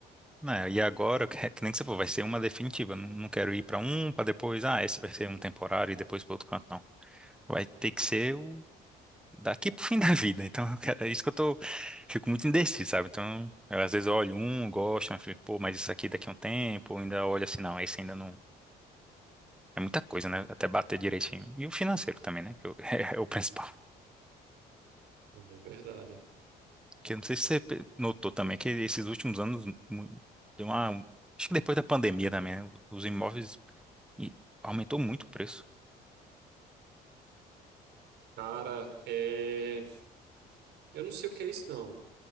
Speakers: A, in the centre; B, on the right.
A: né, e agora, que que nem que você falou, vai ser uma definitiva. Não, não quero ir pra um, pra depois, ah, esse vai ser um temporário e depois para outro canto, não. Vai ter que ser o daqui pro fim <laughs> da vida. Então, eu quero- é isso que eu tô, fico muito indeciso, sabe? Então, eu, às vezes eu olho um, gosto, mas fico, pô, mas isso aqui daqui a um tempo, eu ainda olho assim, não, esse ainda não. É muita coisa, né? Até bater direitinho. E o financeiro também, né? Que eu- <laughs> é o principal.
B: É verdade.
A: Que eu não sei se você pe- notou também que esses últimos anos mu- deu uma. Acho que depois da pandemia também, né? Os imóveis e aumentou muito o preço.
B: Cara, é... eu não sei o que é isso, não.